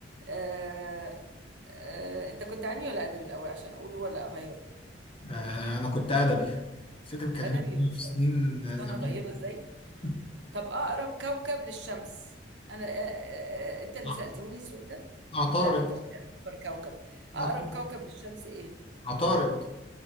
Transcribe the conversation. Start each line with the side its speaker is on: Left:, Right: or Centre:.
Right: آه آه أنت كنت علمي ولا أدبي الأول عشان أقوله ولا أغيره
Left: آه انا كنت ادبي بس انت بتكلمني
Right: أدبي يبقى مش
Left: في سنين
Right: هقوله لك شفت أنا
Left: زمان
Right: طيبة إزاي
Left: <laughs>
Right: طب اقرب كوكب للشمس انا آه، آه، آه، انت اللي
Left: ع-
Right: سألتوني السؤال ده
Left: عطارد
Right: لا انت قلت لي اكبر كوكب اقرب
Left: عطارد
Right: كوكب للشمس ايه
Left: عطارد.